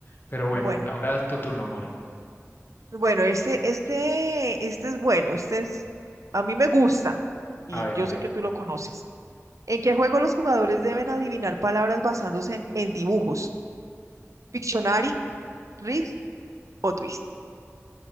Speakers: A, on the left (about 40°); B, on the right (about 75°).
A: Pero bueno,
B: Bueno,
A: ahora es tu turno, Moni.
B: bueno, este, este, este es bueno, este es, a mí me gusta y
A: A ver,
B: yo
A: a ver.
B: sé que tú lo conoces. ¿En qué juego los jugadores deben adivinar palabras basándose en, en dibujos? ¿Pictionary, Risk o Twist?